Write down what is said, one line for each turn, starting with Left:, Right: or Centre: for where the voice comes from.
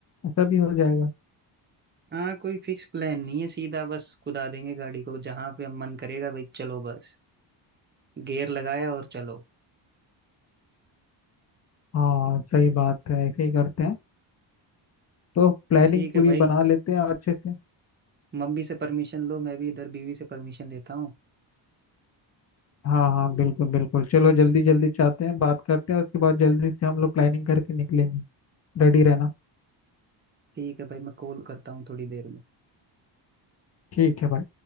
Left: ऐसा भी हो जाएगा
Right: हाँ कोई फिक्स प्लान नहीं है सीधा बस कुदा देंगे गाड़ी को जहाँ पे हम मन करेगा भाई चलो बस गियर लगाया और चलो
Left: हाँ सही बात है ऐसे ही करते हैं तो प्लानिंग
Right: ठीक
Left: पूरी
Right: है भाई
Left: बना लेते हैं और अच्छे से
Right: मम्मी से परमिशन लो मैं भी इधर बीवी से परमिशन लेता हूँ
Left: हाँ हाँ बिल्कुल बिल्कुल चलो जल्दी जल्दी चाहते हैं बात करते हैं उसके बाद जल्दी से हम लोग प्लानिंग करके निकलेंगे रेडी रहना
Right: ठीक है भाई मैं कॉल करता हूँ थोड़ी देर में
Left: ठीक है भाई